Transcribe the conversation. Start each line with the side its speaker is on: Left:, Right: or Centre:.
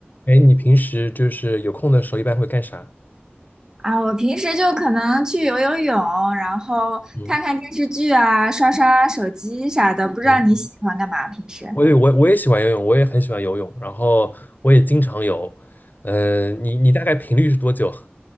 Left: 哎，你平时就是有空的时候一般会干啥？
Right: 啊，我平时就可能去游游泳，然后看看电视剧啊，
Left: 嗯
Right: 刷刷手机啥的。不知道你喜欢干嘛？
Left: 嗯，
Right: 平时
Left: 我也我我也喜欢游泳，我也很喜欢游泳，然后我也经常游。呃，你你大概频率是多久？